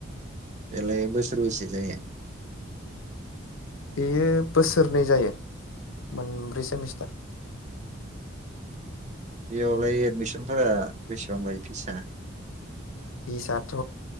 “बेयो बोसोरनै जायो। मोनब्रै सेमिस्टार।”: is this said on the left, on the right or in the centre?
Left